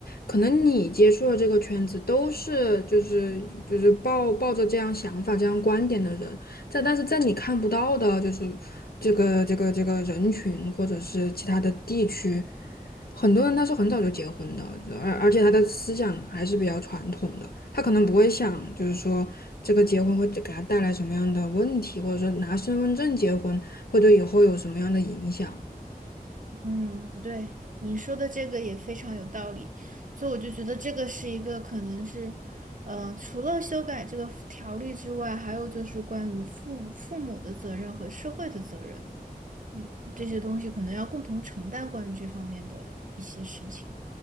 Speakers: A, on the left (about 75°); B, on the right (about 55°).
A: 可能你接触的这个圈子都是就是就是抱抱着这样想法、这样观点的人，在但是在你看不到的，就是这个这个这个人群或者是其他的地区，很多人他是很早就结婚的，而而且他的思想还是比较传统的，他可能不会想就是说这个结婚会给他带来什么样的问题，或者说拿身份证结婚会对以后有什么样的影响。
B: 嗯，对，你说的这个也非常有道理，所以我就觉得这个是一个可能是，呃，除了修改这个条例之外，还有就是关于父父母的责任和社会的责任，嗯，这些东西可能要共同承担关于这方面的一些事情。